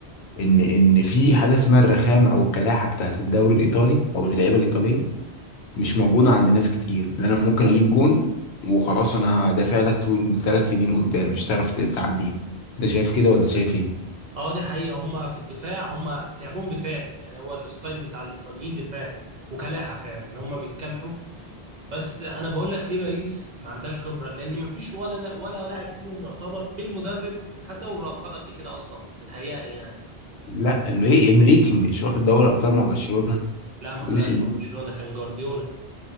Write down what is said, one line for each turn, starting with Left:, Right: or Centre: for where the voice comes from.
Left: ان ان في حاجه اسمها الرخامه او الكلاحه بتاعت الدوري الايطالي او اللعيبه الايطاليه مش موجوده عند ناس كتير لان انا ممكن اجيب جون وخلاص انا هدافع لك طول ثلاث سنين قدام مش هتعرف تعديه ده شايف كده ولا شايف ايه؟
Right: اه دي حقيقة هم في الدفاع هم لعبهم دفاعي يعني هو الستايل بتاع الإيطاليين دفاعي وكلاحة فعلا ان هم بيتكلحوا بس انا بقول لك ليه باريس ما عندهاش خبرة لان ما فيش ولا ولا لاعب فيهم يعتبر بالمدرب خد دوري الابطال قبل كده اصلا بتهيألي يعني
Left: لا انريكي انريكي مش واخد دوري ابطال مع برشلونه
Right: لا ما
Left: لويس
Right: خدهاش
Left: انريكي
Right: مع برشلونة كان جوارديولا